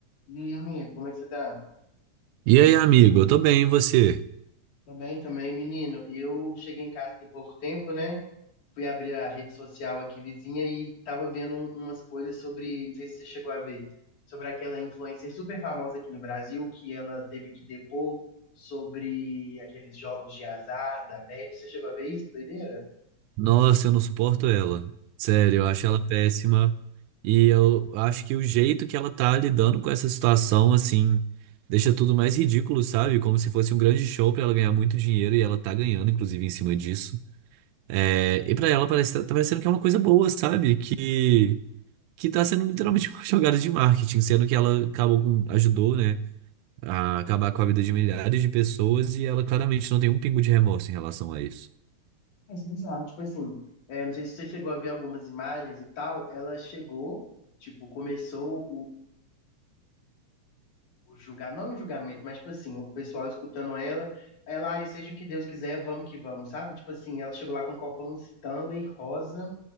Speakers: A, on the left; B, on the right.
A: E aí, amiga, como é que você tá?
B: E aí, amigo, eu tô bem, e você?
A: Tô bem também, menino. Eu cheguei em casa tem pouco tempo, né? Fui abrir a rede social aqui vizinha e tava vendo um- umas coisas sobre, não sei se você chegou a ver, sobre aquela influencer super famosa aqui no Brasil, que ela teve que depor sobre aqueles jogos de azar da Bet. Você chegou a ver isso? Que doideira?
B: Nossa, eu não suporto ela. Sério,
A: Hum,
B: eu acho ela péssima. E eu acho que o jeito que ela tá lidando com essa situação, assim, deixa tudo mais ridículo, sabe? Como se fosse um grande show pra ela ganhar muito dinheiro e ela tá ganhando, inclusive, em cima disso. É, e pra ela parece, tá parecendo que é uma coisa boa, sabe? Que, que tá sendo literalmente <laughs> uma jogada de marketing, sendo que ela acabou com, ajudou, né, a acabar com a vida de milhares de pessoas e ela claramente não tem um pingo de remorso em relação a isso.
A: é bizarro. Tipo assim, é, não sei se você chegou a ver algumas imagens e tal, ela chegou, tipo, começou o julgar, não é um julgamento, mas tipo assim, o pessoal escutando ela, aí ela, ai, seja o que Deus quiser, vamos que vamos, sabe? Tipo assim, ela chegou lá com um copão Stanley rosa,